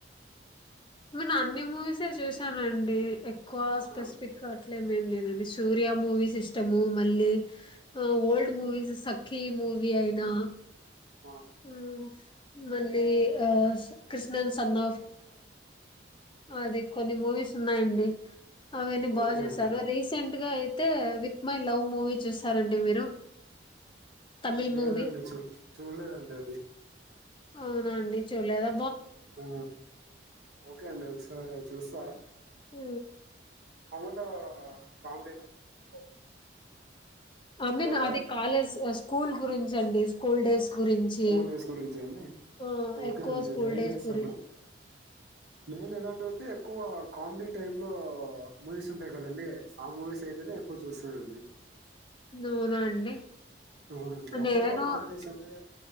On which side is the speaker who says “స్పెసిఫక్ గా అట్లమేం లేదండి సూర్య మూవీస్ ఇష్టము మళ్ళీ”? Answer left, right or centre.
Left